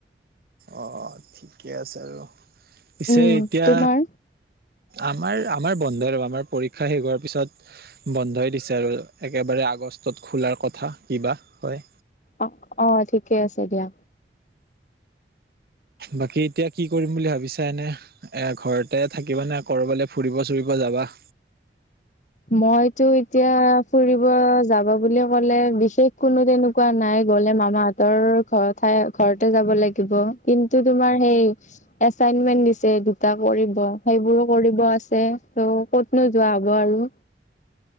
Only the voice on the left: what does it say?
উম
তোমাৰ
অ', অ' ঠিকে আছে দিয়া।
মইতো এতিয়া ফুৰিব যাবা বুলি ক'লে বিশেষ কোনো তেনেকা নাই গ'লে মামাহঁতৰ ঘৰ ঠাই ঘৰতে যাব লাগিব। কিন্তু তোমাৰ সেই এচাইনমেন্ট দিছে দুটা কৰিব, সেইবোৰো কৰিব আছে, ত' ক'তনো যোৱা হ'ব আৰু।